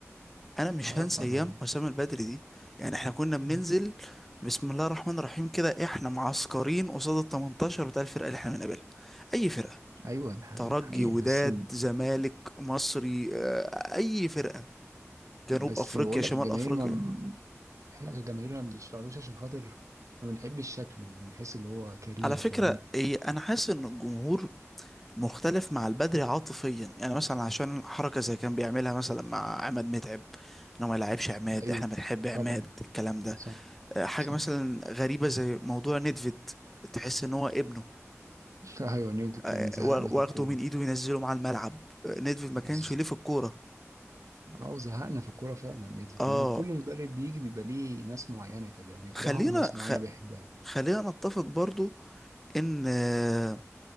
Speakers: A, in the centre; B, on the right.
A: انا مش
B: اه
A: هنسى
B: طبعا
A: ايام حسام البدري دي يعني احنا كنا بننزل
B: مم.
A: بسم الله الرحمن الرحيم كده احنا معسكرين قصاد ال 18 بتاع الفرقه اللي احنا بنقابلها اي فرقه
B: ايوه الحقيقه
A: ترجي
B: حقيقه
A: وداد
B: بس
A: زمالك مصري آه، اي فرقه
B: بس
A: جنوب افريقيا
B: بقول
A: شمال
B: لك الجماهير
A: افريقيا
B: ما احنا كجماهير ما بنشفعلوش عشان خاطر ما بنحبش شكله بنحس اللي هو كريه
A: على فكره
B: يعني
A: إيه انا حاسس ان الجمهور مختلف مع البدري عاطفيا يعني مثلا عشان حركه زي كان بيعملها مثلا مع عماد متعب انه ما يلعبش عماد
B: ايوه
A: احنا بنحب عماد
B: طبعا
A: الكلام ده
B: صح
A: آه، حاجة
B: صح
A: مثلا غريبة زي موضوع ندفيد تحس ان هو ابنه
B: <laughs> ايوه نيوتن كان
A: آه،
B: زهقنا
A: وا- واخده
B: في الكوره
A: من ايده وينزله مع الملعب آه، ندفيد ما كانش
B: بس-
A: ليه في الكورة
B: اه زهقنا في الكوره فعلا نيوتن
A: اه
B: هو كل مدرب بيجي بيبقى ليه ناس معينه كده بيكرهها
A: خلينا
B: وناس معينه
A: خ...
B: بيحبها
A: خلينا نتفق برضو ان آه،